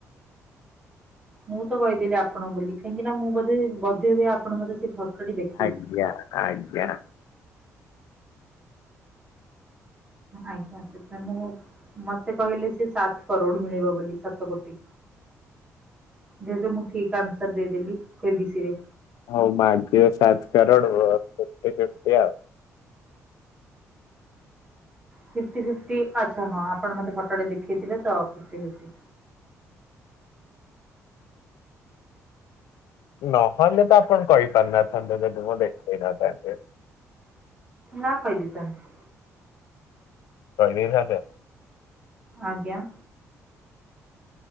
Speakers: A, on the right; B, on the left.
A: ମୁଁ ତ କହିଦେଲି ଆପଣ ବୋଲି। କାହିଁକି ନା ମୁଁ ବୋଧେ ବୋଧେ ହୁଏ ଆପଣ ମତେ ସେ ଫଟୋଟି ଦେଖ
B: ଆଜ୍ଞା, ଆଜ୍ଞା।
A: ଆଜ୍ଞା ସେଥିପାଇଁ ମୋ ମତେ କହିଲେ ସେ ସାତ କରୋଡ ମିଳିବ ବୋଲି ସାତ କୋଟି। ଯେହେତୁ ମୁଁ ଠିକ ଆନ୍ସର ଦେଇ ଦେଲି କେବିସିରେ।
B: ହଉ ମାଗିବ ସାତ କରୋଡ଼ ଓ ଫିଫଟି- ଫିଫଟି ଆଉ।
A: ଫିଫଟି- ଫିଫଟି ଆଚ୍ଛା ହଁ, ଆପଣ ମୋତେ ଫଟୋଟା ଦେଖେଇଥିଲେ ତ ଫିଫଟି- ଫିଫଟି।
B: ନହେଲେ ତ ଆପଣ କହି ପାରିନଥାନ୍ତେ ଯଦି ମୁଁ ଦେଖେଇ ନଥାନ୍ତି।
A: ନା କହିଦେଇ ଥାନ୍ତି।
B: <unintelligible>
A: ଆଜ୍ଞା।